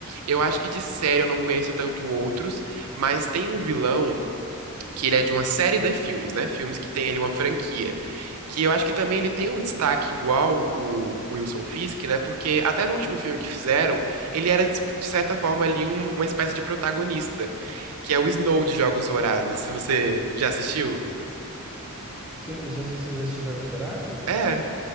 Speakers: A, on the right; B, in the centre.
A: Eu acho que de série eu não conheço tanto outros, mas tem um vilão que ele é de uma série de filmes, né? Filmes que tem ali uma franquia. Que eu acho que também ele tem um destaque igual o o Wilson Fisk, né? Porque até no último filme que fizeram, ele era, de de certa forma, ali um- uma espécie de protagonista, que é o Snow de Jogos Vorazes. Se você já assistiu?
B: Se eu- já- Você já assistiu Jogos Vorazes?
A: É,